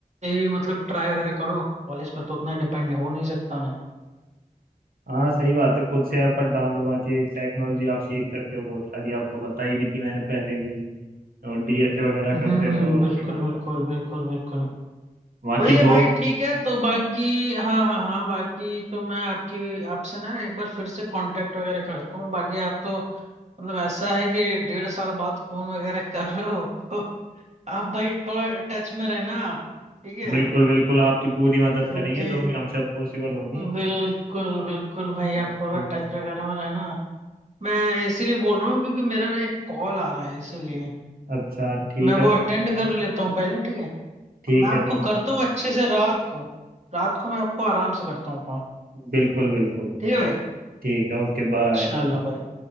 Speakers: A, on the right (about 50°); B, on the right (about 80°).
A: ही मतलब ट्राई वगैरह करो कॉलेज पर तो उतना डिपेंड हो नहीं सकता मैं
B: हाँ सही बात है खुद से एफर्ट डालो बाकी टेक्नोलॉजी आप सीख सकते हो बहुत सारी आपको बताई भी थी मैंने पहले भी और डीएसए वगैरह
A: हम्म
B: करते
A: हम्म,
B: रहो
A: बिल्कुल बिल्कुल बिल्कुल बिल्कुल
B: बाकी
A: वही है
B: जॉब
A: भाई ठीक है तो बाकी हाँ हाँ हाँ बाकी तो मैं आपकी आपसे ना एक बार फिर से कांटेक्ट वगैरह करता हूँ बाकी आप तो मतलब ऐसा है कि डेढ़ साल बाद फोन वगैरह कर रहे हो तो आप भाई थोड़ा टच में रहना आप ठीक है
B: बिल्कुल बिल्कुल आपकी पूरी मदद
A: क्योंकि
B: करेंगे जो भी हमसे पॉसिबल होगी
A: बिल्कुल बिल्कुल भाई
B: आप
A: आप
B: स्कूल
A: थोड़ा टच
B: का
A: वगैरह में रहना मैं इसीलिए बोल रहा हूँ क्योंकि मेरा ना एक कॉल आ रहा है इसीलिए
B: अच्छा ठीक
A: मैं
B: है
A: वो
B: कोई
A: अटेंड
B: दिक्कत
A: कर
B: नहीं।
A: लेता हूँ पहले ठीक है
B: ठीक
A: मैं आपको
B: है ठीक है
A: करता हूँ अच्छे से रात को रात को मैं आपको आराम से करता हूँ कॉल
B: बिल्कुल बिल्कुल
A: ठीक है भाई
B: ठीक है ओके बाय
A: चलो भाई